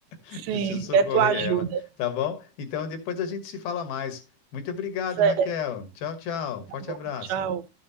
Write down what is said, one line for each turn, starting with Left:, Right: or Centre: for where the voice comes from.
Left: <laughs>
Right: Sim,
Left: Preciso socorrer
Right: quer tua ajuda.
Left: ela, tá bom? Então depois a gente se fala mais. Muito obrigado,
Right: Certo,
Left: Raquel. Tchau, tchau. Forte
Right: tá bom,
Left: abraço.
Right: tchau.